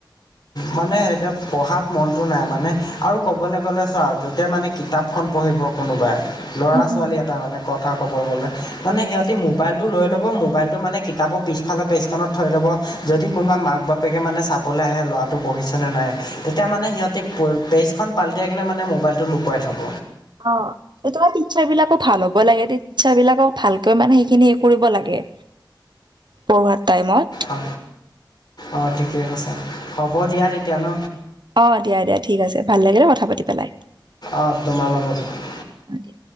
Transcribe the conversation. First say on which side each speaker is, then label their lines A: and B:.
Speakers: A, on the left; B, on the right.
A: মানে এতিয়া পঢ়াত মনটো নাই মানে আৰু কবলে গলে চা, যেতিয়া মানে কিতাপখন পঢ়িব কোনোবাই ল'ৰা-
B: উম
A: ছোৱালী
B: উম
A: এটা মানে ক কথা কব গলে, মানে সিহঁতী মোবাইলটো লৈ লব মোবাইলটো মানে কিতাপৰ পিছ ফালে পেজখনত থৈ লব যদি কোনোবা মাক বাপেকে মানে চাবলৈ আহে ল'ৰাটো পঢ়িছেনে নাই, তেতিয়া মানে সিহঁতি গতি পেজখন পালটিয়াই কিনে মানে মোবাইলটো লুকুৱাই থ'ব।
B: অ', সেইটো টিচাৰ বিলাকো ভাল হব লাগে টিচাৰ বিলাকক ভালকৈ মানে সেইখিনি কৰিব লাগে। পঢ়োৱাৰ টাইমত।
A: অ, অঁ ঠিকে কৈছা, হ'ব দিয়া তেতিয়া ন?
B: অ দিয়া- দিয়া ঠিক আছে, ভাল লাগিলে কথা পাতি পেলাই
A: অঁ তোমাৰ লগটো
B: অ দে